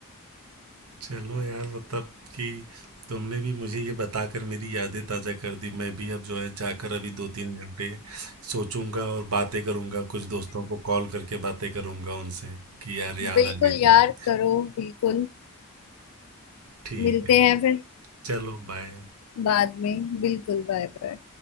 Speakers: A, on the right; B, on the left.
A: चलो यार मतलब कि तुमने भी मुझे ये बताकर मेरी यादें ताज़ा कर दी मैं भी अब जो है जाकर अभी दो तीन घंटे सोचूंगा और बातें करूंगा कुछ दोस्तों को कॉल करके बातें करूंगा उनसे कि यार याद
B: बिल्कुल
A: आ गई
B: यार
A: तुम्हारी
B: करो बिल्कुल
A: ठीक
B: मिलते
A: है
B: हैं फिर
A: चलो बाय
B: बाद में बिल्कुल बाय बाय